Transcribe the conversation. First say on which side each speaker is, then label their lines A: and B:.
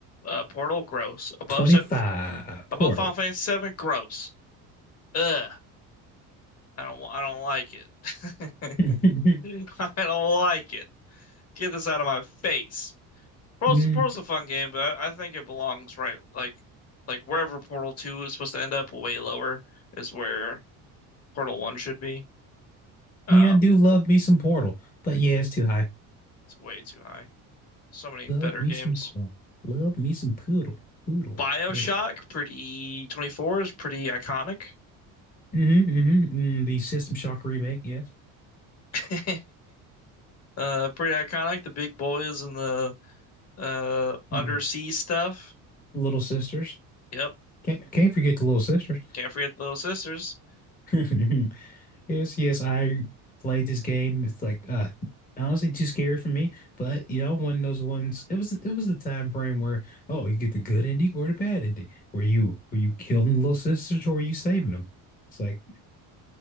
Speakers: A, on the left (about 40°); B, on the left (about 25°).
A: uh, Portal, gross. Above
B: 25
A: so
B: Portal.
A: above Final Fantasy seven gross. Ugh, I don't I don't like it. <laughs>
B: <laughs>
A: I don't like it. Get this out of my face. Portal's
B: Mm,
A: Portal's a fun game, but I, I think it belongs right like like wherever Portal Two is supposed to end up, way lower is where Portal One should be. Uh,
B: yeah, I do love me some Portal, but yeah, it's too high.
A: it's way too high. So many
B: Love
A: better
B: me
A: games.
B: some Portal. Love me some Poodle. Poodle.
A: BioShock,
B: Poodle.
A: pretty 24 is pretty iconic.
B: Mm-hmm, mm-hmm, mm, the System Shock remake, yes.
A: <laughs> uh, pretty iconic. The big boys and the uh undersea
B: Mm,
A: stuff.
B: Little Sisters.
A: Yep,
B: Can't, can't forget the Little Sisters.
A: can't forget the Little Sisters. <sighs>
B: <laughs> Yes, yes, I played this game. It's like uh honestly too scary for me, but you know, one of those ones it was it was a time frame where oh you get the good ending or the bad ending. Were you were you killing the little sisters or were you saving them? It's like